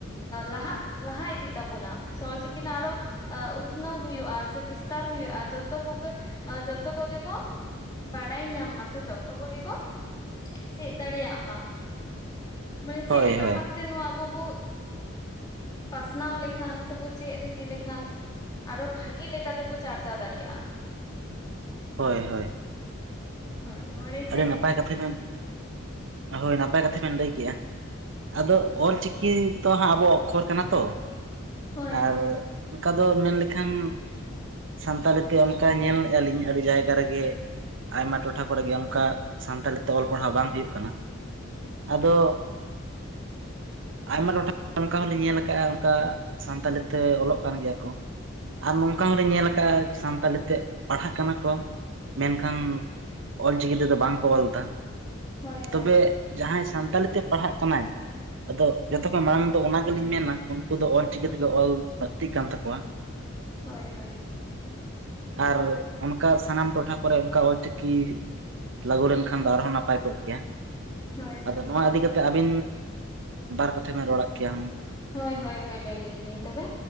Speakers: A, on the left (about 20°); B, on the right (about 60°).
A: ᱞᱟᱦᱟᱜ ᱞᱟᱦᱟ ᱤᱫᱤᱜ ᱛᱟᱵᱚᱱᱟ ᱥᱮ ᱚᱞ ᱪᱤᱠᱤ ᱱᱟᱜ ᱟᱨᱷᱚ ᱩᱛᱱᱟᱹᱣ ᱦᱩᱭᱩᱜᱼᱟ ᱥᱮ ᱵᱤᱥᱛᱟᱨ ᱦᱩᱭᱩᱜᱼᱟ ᱡᱚᱛᱚ ᱠᱚᱜᱮ ᱡᱚᱛᱚ ᱠᱚᱜᱮ ᱠᱚ ᱵᱟᱲᱟᱭ ᱧᱟᱢ ᱢᱟ ᱥᱮ ᱡᱚᱛᱚ ᱠᱚᱜᱮ ᱠᱚ ᱪᱮᱫ ᱫᱟᱲᱮᱭᱟᱜ ᱢᱟ ᱢᱟᱱᱮ ᱪᱮᱫ
B: ᱦᱳᱭ
A: ᱞᱮᱠᱟ
B: ᱦᱳᱭ
A: ᱵᱷᱟᱵ ᱛᱮ ᱱᱚᱣᱟ ᱟᱵᱚ ᱵᱚ ᱯᱟᱥᱱᱟᱣ ᱞᱮᱠᱷᱟᱱ ᱥᱮ ᱵᱚ ᱪᱮᱫ ᱤᱫᱤ ᱞᱮᱠᱷᱟᱱ ᱟᱨᱚ ᱵᱷᱟᱜᱮ ᱞᱮᱠᱟ ᱛᱮᱵᱚ ᱪᱟᱨᱪᱟᱣ ᱫᱟᱲᱮᱭᱟᱜᱼᱟ
B: ᱦᱳᱭ ᱦᱳᱭ
A: ᱦᱳᱭ ᱱᱚᱣᱟ ᱨᱮ
B: ᱟᱹᱰᱤ ᱱᱟᱯᱟᱭ ᱠᱟᱛᱷᱟ ᱵᱮᱱ ᱦᱳᱭ ᱱᱟᱯᱟᱭ ᱠᱟᱛᱷᱟ ᱵᱮᱱ ᱞᱟᱹᱭ ᱠᱮᱜᱼᱟ ᱟᱫᱚ
A: ᱦᱳᱭ ᱦᱳᱭ
B: ᱚᱞ ᱪᱤᱠᱤ ᱪᱤᱠᱤ ᱛᱚ ᱦᱟᱸᱜ ᱟᱵᱚᱣᱟᱜ ᱚᱠᱠᱷᱚᱨ ᱠᱟᱱᱟ ᱛᱚ
A: ᱦᱳᱭ
B: ᱟᱨ ᱚᱱᱠᱟ ᱫᱚ ᱢᱮᱱ ᱞᱮᱠᱷᱟᱱ ᱥᱟᱱᱛᱟᱞᱤ ᱛᱮ ᱚᱱᱠᱟ ᱧᱮᱞᱮᱫᱼᱟ ᱞᱤᱧ ᱟᱹᱰᱤ ᱡᱟᱭᱜᱟ ᱨᱮᱜᱮ ᱟᱭᱢᱟ ᱴᱚᱴᱷᱟ ᱠᱚᱨᱮ ᱜᱮ ᱚᱱᱠᱟ ᱥᱟᱱᱛᱟᱞᱤ ᱛᱮ ᱚᱞ ᱯᱟᱲᱦᱟᱣ ᱵᱟᱝ ᱦᱩᱭᱩᱜ ᱠᱟᱱᱟ
A: ᱦᱳᱭ
B: ᱟᱫᱚ ᱟᱭᱢᱟ ᱴᱚᱴᱷᱟ ᱚᱱᱠᱟ ᱦᱚᱸᱞᱤᱧ ᱧᱮᱞ ᱟᱠᱟᱫᱼᱟ ᱚᱱᱠᱟ ᱥᱟᱱᱛᱟᱞᱤ ᱛᱮ ᱚᱞᱚᱜ ᱠᱟᱱ ᱜᱮᱭᱟ ᱠᱚ ᱟᱨ ᱱᱚᱝᱠᱟ ᱦᱚᱸ ᱞᱤᱧ ᱧᱮᱞ ᱟᱠᱟᱜᱼᱟ ᱥᱟᱱᱛᱟᱞᱤ ᱛᱮ ᱯᱟᱲᱦᱟᱜ ᱠᱟᱱᱟ ᱠᱚ ᱢᱮᱱ ᱠᱷᱟᱱ ᱚᱞ ᱪᱤᱠᱤ ᱛᱮᱫᱚ ᱵᱟᱝ ᱠᱚ ᱚᱞ ᱮᱫᱟ
A: ᱦᱳᱭ
B: ᱛᱚᱵᱮ
A: ᱦᱳᱭ
B: ᱡᱟᱦᱟᱸᱭ ᱥᱟᱱᱛᱟᱞᱤ ᱛᱮ ᱯᱟᱲᱦᱟᱜ ᱠᱟᱱᱟᱭ ᱟᱫᱚ ᱡᱚᱛᱚ ᱠᱷᱚᱱ ᱢᱟᱲᱟᱝ ᱫᱚ ᱚᱱᱟ ᱜᱮᱞᱤᱧ ᱢᱮᱱᱟ ᱩᱱᱠᱩ ᱫᱚ ᱚᱞ ᱪᱤᱠᱤ ᱛᱮᱜᱮ ᱚᱞ ᱞᱟᱹᱠᱛᱤᱜ ᱠᱟᱱ ᱛᱟᱠᱚᱣᱟ
A: ᱦᱳᱭ ᱦᱳᱭ
B: ᱟᱨ ᱚᱱᱠᱟ ᱥᱟᱱᱟᱢ ᱴᱚᱴᱷᱟ ᱠᱚᱨᱮ ᱚᱱᱠᱟ ᱚᱞ ᱪᱤᱠᱤ ᱞᱟᱹᱜᱩ ᱞᱮᱱ ᱠᱷᱟᱱ ᱫᱚ ᱟᱨᱦᱚᱸ ᱱᱟᱯᱟᱭ ᱠᱚᱜ ᱜᱮᱭᱟ
A: ᱦᱳᱭ
B: ᱟᱫᱚ
A: ᱦᱳᱭ
B: ᱱᱚᱣᱟ
A: ᱦᱳᱭ
B: ᱤᱫᱤ ᱠᱟᱛᱮ ᱟᱹᱵᱤᱱ ᱵᱟᱨ ᱠᱟᱛᱷᱟ ᱵᱮᱱ ᱨᱚᱲᱟᱜ ᱠᱮᱭᱟ ᱦᱩᱱᱟᱹᱝ
A: ᱦᱳᱭ ᱦᱳᱭ ᱦᱳᱭ ᱞᱟᱹᱭ ᱞᱮᱜᱮ ᱞᱤᱧ ᱛᱚᱵᱮ